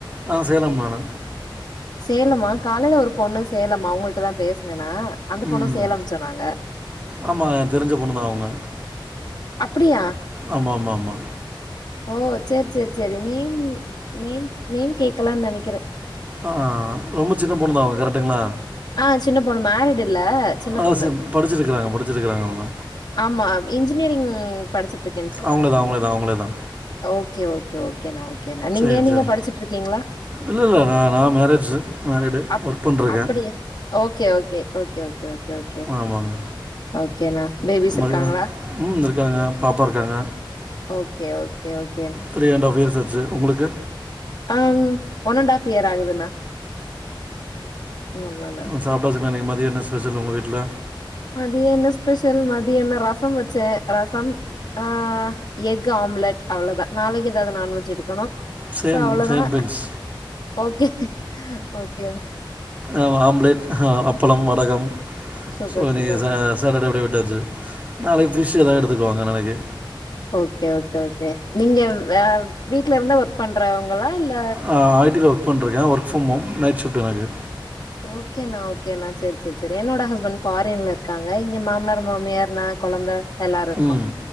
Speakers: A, on the right; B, on the left.
A: ஆ சேலம் மா நா
B: சேலமா காலையில ஒரு பொண்ணு சேலமா அவங்கிட்ட தான் பேசுனேன்னா அந்த
A: ம்
B: பொண்ணும் சேலம்னு சொன்னாங்க
A: ஆமா ஏ தெரிஞ்ச பொண்ணு தா அவுங்க
B: அப்படியா
A: ஆமா ஆமா ஆமா
B: ஓ sir sir sir name name name கேட்கலான்னு நெனைக்கற
A: ஆ ரொம்ப சின்ன பொண்ணுதா அவ கரெக்டுங்களா
B: ஆ சின்ன பொண்ணு மேரிடு் இல்ல சின்ன
A: அதா
B: பொண்ணு
A: சி படிச்சிருக்காங்க படிச்சிருக்காங்க அவுங்க
B: ஆமா இன்ஜினியரிங் படிச்சிட்டு இருக்கேன்னு சொன்
A: அவுங்ளே தா அவுங்ளே தான் அவுங்ளே தா
B: ஓகே ஓகே ஓகேண்ணா ஓகேண்ணா நீங்க
A: சரி
B: ஏ நீங்க
A: சரி
B: படிச்சிட்டு இருக்கீங்களா
A: இல்ல இல்ல நா நா மேரேஜ்ஜி மேரிடு
B: அப்
A: ஒர்க் பண்றங்க
B: அப்படியே okay okay okay okay okay okay
A: ஆமாங்க
B: ஓகேண்ணா பேபிஸ்
A: மதிய
B: இருக்காங்களா
A: ம் இருக்காங்க பாப்பா இருக்காங்க
B: okay okay okay
A: three and half years ஆச்சு உங்களுக்கு
B: um one and half year ஆகுதுண்ணா ஆமண்ணா
A: சாப்ட்டச்சுங்களா இன்னைக்கி மதிய என்ன ஸ்பெஷல் உங்க விட்ல
B: மதிய என்ன ஸ்பெஷல் மதிய என்ன ரசோ வச்சே ரச ஆ எக் ஆம்லெட் அவ்ளதா நாளைக்கி ஏதாவ்து நான்வெஜ் எடுக்கணு
A: சேம்
B: சோ அவ்ளோதா
A: சேம் பெஞ்ச்
B: ஒகே ஒகே
A: ஆ ஆம்லேட் அப்பள வடக
B: சூப்பர்
A: சோ இன்னைக்கி
B: சூப்பர்ண்ணா
A: சா சாட்டர்டே அப்டியே விட்டாச்சு நாளைக்கு பிஷ் ஏதாது எடுத்துக்குவாங்க நாளைக்கி
B: ஓக்கே ஓக்கே ஓகே நீங்க வ வீட்ல இருந்தா ஒர்க் பண்றவங்களா இல்ல
A: ஆ ஐ டி ல ஒர் க் பண்ருக்கே work from home night shift எனக்கு
B: ஓகேண்ணா ஓகேண்ணா செரி செரி செரி என்னோட ஹஸ்பண் ஃபாரின்ல இரு க்காங்க இங்க மாமனார் மாமியார் நா கொழந்த எல்லாரு இருக்கோ
A: ம்